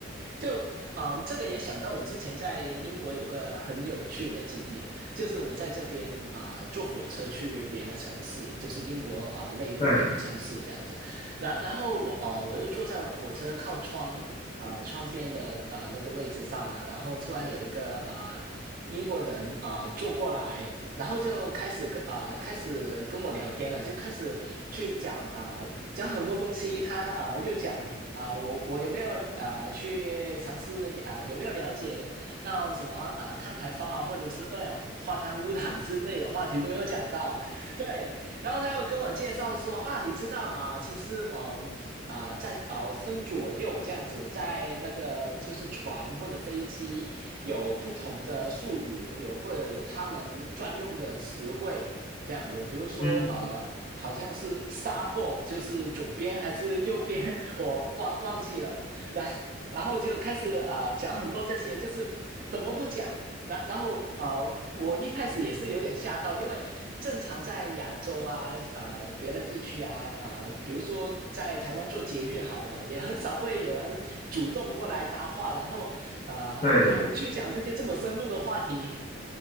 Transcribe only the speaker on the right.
就嗯，这个也想到我之前在英国有个很有趣的经历，就是我在这边啊、呃坐火车去别的城市，就是英国啊、呃内陆别的城市这样子，
然然后我啊、呃我又坐在火车靠窗啊、呃窗边的呃那个位置上了，然后突然有一个呃英国人啊、呃坐过来，然后就开始跟啊、开始跟我聊天了，就开始去讲啊、呃讲很多东西，他啊、呃又讲啊、我我有没有啊、去尝试啊、有没有了解到什么啊、碳排放啊，或者是二氧化碳污染之类的话题都有讲到，对，然后他又跟我介绍说啊，你知道啊、其实我啊、在啊分左右这样子，在那个就是船或者飞机有不同的术语，有或者有他们专用的词汇。这样子，比如说呃，
好像是 starboard 就是左边还是右边，<laughs> 我忘忘记了，然然后就开始呃讲很多这些，就是什么都讲。然然后呃，我一开始也是有点吓到，因为正常在亚洲啊，那呃别的地区啊，啊、呃比如说在台湾做捷运好了，也很少会有人主动过来搭话，然后呃还有去讲这些这么深入的话题。